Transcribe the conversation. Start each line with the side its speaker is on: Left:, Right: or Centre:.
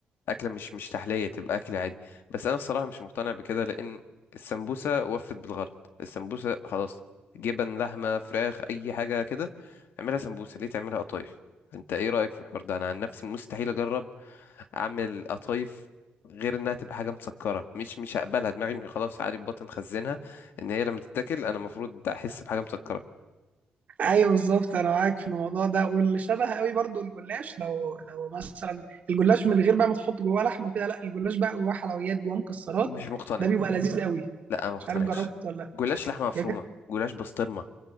Left: أكلة مش مش تحلية تبقى أكل عادي بس أنا الصراحة مش مقتنع بكده لأن السمبوسة وفت بالغرض السمبوسة خلاص جبن لحمة فراخ أي حاجة كده اعملها سمبوسة ليه تعملها قطايف أنت إيه رأيك في الحوار ده أنا عن نفسي مستحيل أجرب أعمل قطايف غير إنها تبقى حاجة مسكرة مش مش هقبلها دماغي خلاص عادي بطن خزنها ان هي لما تتاكل انا المفروض احس بحاجه مسكره
Right: ايوه بالظبط انا معاك في الموضوع ده واللي شبه قوي برضو الجلاش لو لو مثلا الجلاش من غير بقى ما تحط جواه لحمه وكده لا الجلاش بقى جواه حلويات جواه مكسرات
Left: مش مقتنع
Right: ده بيبقى لذيذ قوي
Left: لا انا ما مقتنعش
Right: مش عارف جربت ولا لا
Left: جلاش لحمه مفرومه
Right: يا جد-
Left: جلاش بسطرمه